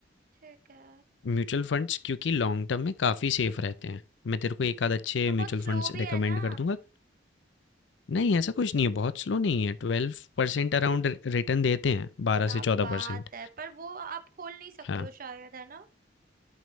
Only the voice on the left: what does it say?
म्यूचुअल फंड्स क्योंकि लॉन्ग टर्म में काफ़ी सेफ रहते हैं मैं तेरे को एक आध अच्छे
म्यूचुअल
फंड्स
रेकमेंड
कर दूंगा नहीं ऐसा कुछ नहीं है बहुत स्लो नहीं है ट्वेल्व परसेंट अराउंड रिटर्न देते हैं बारह
से चौदह
परसेंट
हाँ